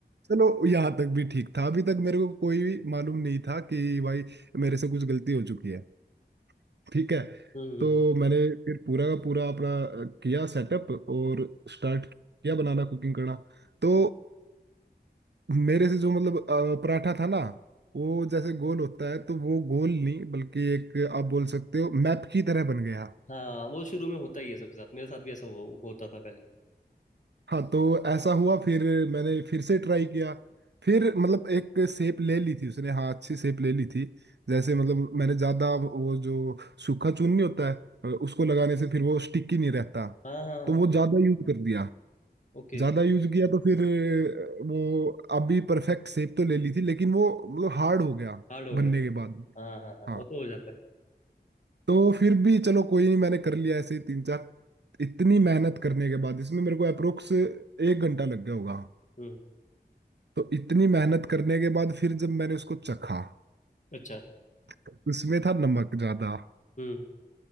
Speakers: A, on the right; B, on the left.
A: चलो यहाँ तक भी ठीक था अभी तक मेरे को कोई भी मालूम नहीं था कि भाई मेरे से कुछ गलती हो चुकी है ठीक है
B: हम्म
A: तो मैंने फिर पूरा का पूरा अपना अ, किया सेटअप और स्टार्ट किया बनाना कुकिंग करना तो मेरे से जो मतलब अ, पराठा था ना वो जैसे गोल होता है तो वो गोल नहीं बल्कि एक आप बोल सकते हो मैप की तरह बन गया
B: हाँ वो शुरू में होता ही है सबके साथ मेरे साथ भी ऐसा हो, होता था पहले
A: हाँ तो ऐसा हुआ फिर मैंने फिर से ट्राई किया फिर मतलब एक शेप ले ली थी उसने हाँ अच्छी शेप ले ली थी जैसे मतलब मैंने ज़्यादा वो जो सूखा चून नहीं होता है उसको लगाने से फिर वो स्टिकी नहीं रहता
B: हाँ हाँ हाँ
A: तो
B: हाँ।
A: वो ज़्यादा यूज कर दिया
B: ओके
A: ज़्यादा यूज किया तो फिर अ, वो अभी परफेक्ट शेप तो ले ली थी लेकिन वो मतलब हार्ड हो गया
B: हार्ड हो
A: बनने
B: गया होना
A: के बाद
B: हाँ हाँ हाँ वो
A: हाँ
B: तो हो जाता है
A: तो फिर भी चलो कोई नहीं मैंने कर लिया ऐसे ही तीन चार इतनी मेहनत करने के बाद इसमें मेरे को अप्रोक्स एक घंटा लग गया होगा
B: हम्म
A: तो इतनी मेहनत करने के बाद फिर जब मैंने उसको चखा
B: अच्छा
A: तो उसमें था नमक ज्यादा
B: हम्म